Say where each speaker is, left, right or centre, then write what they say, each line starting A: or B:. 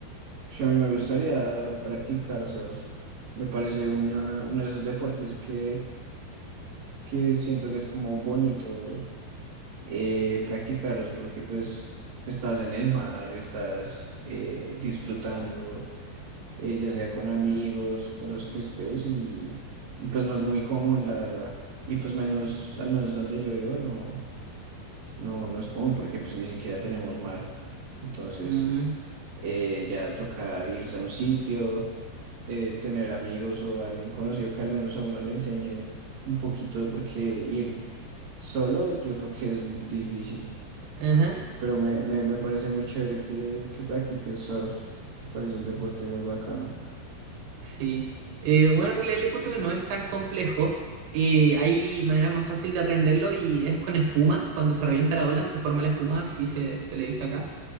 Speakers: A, on the right; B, on the right.
A: Ush, a mí me gustaría practicar surf, me parece una, uno de esos deportes que, que siento que es como bonito eh, practicarlos porque pues estás en el mar, estás eh, disfrutando, eh, ya sea con amigos, con los que estés y, y pues no es muy común, la verdad. Y pues menos, al menos donde yo vivo, no, no, no es común porque pues ni siquiera tenemos mar. Entonces
B: Ujú,
A: eh, ya toca irse a un sitio, eh, tener amigos o alguien conocido que al menos a uno le enseñe un poquito porque ir solo yo creo que es difícil.
B: Ajá,
A: Pero me, me, me parece muy chévere que, que practiques surf. Me parece un deporte muy bacano.
B: sí. Eh, bueno, en realidad yo creo que no es tan complejo. Eh, hay manera más fácil de aprenderlo y es con espuma. Cuando se revienta la ola, se forma la espuma, así se, se le dice acá.